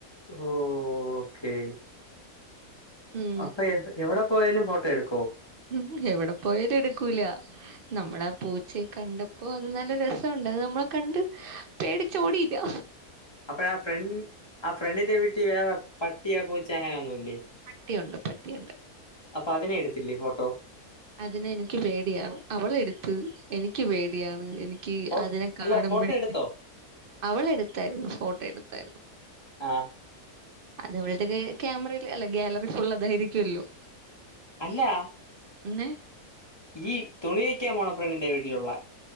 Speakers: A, on the left (about 20°); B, on the right (about 60°).
A: ഓ ഓക്കെ
B: ഉം
A: അപ്പൊ എവി എവിടെ പോയാലും ഫോട്ടോ എടുക്കോ
B: ഉം എവിടെ പോയാലും എടുക്കൂല നമ്മളാ പൂച്ചയെ കണ്ടപ്പോ അത് നല്ല രസം ഉണ്ട് അത് നമ്മളെ കണ്ട് പേടിച്ചോടീല്ല
A: അപ്പഴ ആ ഫ്രണ്ട് ആ ഫ്രണ്ടിന്റെ വീട്ടി വേറെ പട്ടിയ പൂച്ച അങ്ങനെ ഒന്നും ഇല്ലേ
B: പട്ടിയുണ്ട് പട്ടിയുണ്ട്
A: അപ്പൊ അതിനെ എടുത്തില്ലേ ഫോട്ടോ
B: അതിനെ എനിക്ക് പേടിയാണ് അവളെടുത്ത് എനിക്ക് പേടിയാണ് എനിക്ക് എനിക്ക്
A: ഫോ
B: അതിനെ കാണുമ്പോഴേ
A: അല്ല ഫോട്ടോ എടുത്തോ
B: അവളെടുത്തായിരുന്നു ഫോട്ടോ എടുത്തായിരുന്നു
A: ആ
B: അതവളുടെ കൈ ക്യാമറയിൽ അല്ല ഗാലറി ഫുള് അതായിരിക്കുല്ലോ
A: അല്ല
B: പിന്നെ
A: ഈ തുണിയയ്ക്കാ മോള ഫ്രെണ്ടിൻ്റെ വീട്ടിലുള്ള